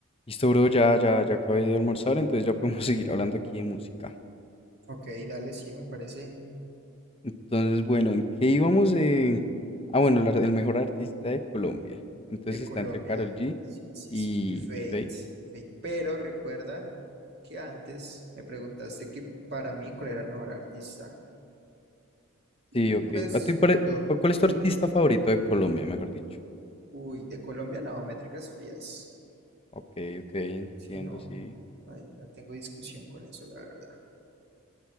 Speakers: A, on the left; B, on the right.
A: Listo, bro, ya, ya, ya acabé de almorzar, entonces ya podemos <laughs> seguir hablando aquí de música.
B: Ok, dale, sí, me parece
A: Entonces, bueno, ¿en qué íbamos? Eh, Ah, bueno, la- el mejor artista de Colombia. Entonces
B: de
A: está
B: Colombia.
A: entre Karol G
B: Sí, sí,
A: y,
B: sí. Y Fate.
A: y Feid.
B: Fate. Pero recuerda que antes me preguntaste que para mí cuál era el mejor artista.
A: Sí,
B: Y
A: ok.
B: pues
A: ¿A ti pare-
B: yo,
A: cu- cuál es tu
B: yo-
A: artista
B: yo-
A: favorito de Colombia, mejor dicho?
B: uy, de Colombia no, Métricas Frías.
A: Ok, ok, entiendo,
B: Sí, no,
A: sí.
B: no hay- no tengo discusión con eso, la verdad.